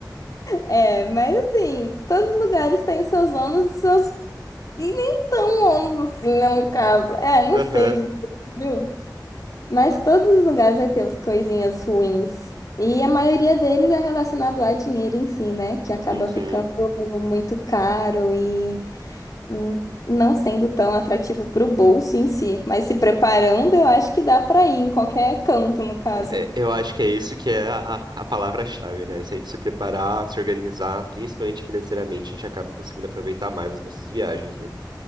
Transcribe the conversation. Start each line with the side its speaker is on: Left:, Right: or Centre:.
Left: É, mas assim, todos os lugares têm os seus ônus e seus. E nem tão ônus assim, né, no caso. É, não
Right: Aham.
Left: sei dizer, viu? Mas todos os lugares vai ter as coisinhas ruins. E a maioria deles é relacionado a dinheiro em si, né? Que acaba
Right: Uhum.
Left: ficando muito caro e hum, não sendo tão atrativo pro bolso em si. Mas se preparando, eu acho que dá pra ir em qualquer canto, no caso.
Right: É, eu acho que é isso que é a, a palavra-chave, né? Se a gente se preparar, se organizar, principalmente financeiramente, a gente acaba conseguindo aproveitar mais as nossas viagens, né?